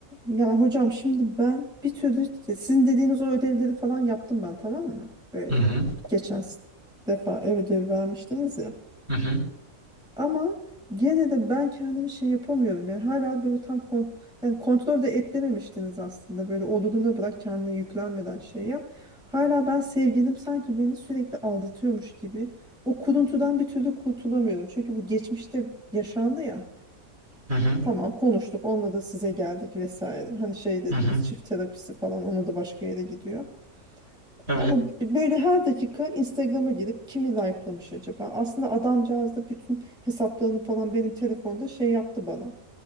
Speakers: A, in the centre; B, on the right.
A: Ya hocam şimdi ben bir türlü sizin dediğiniz o ödevleri falan yaptım ben tamam mı? Böyle
B: Hı hı,
A: geçen s- defa ev ödevi vermiştiniz ya.
B: hı hı,
A: Ama gene de ben kendimi şey yapamıyorum. Yani hala böyle tam kont yani kontrol de etmemiştiniz aslında. Böyle olduğunu bırak kendine yüklenmeden şey yap. Hala ben sevgilim sanki beni sürekli aldatıyormuş gibi. O kuruntudan bir türlü kurtulamıyorum. Çünkü bu geçmişte yaşandı ya.
B: hı hı,
A: Tamam konuştuk onunla da size geldik vesaire. Hani şey dediniz
B: hı hı.
A: çift terapisi falan ona da başka yere gidiyor.
B: Evet.
A: Ama böyle her dakika Instagram'a girip kimi likelamış acaba? Aslında adamcağız da bütün hesaplarını falan benim telefonda şey yaptı bana.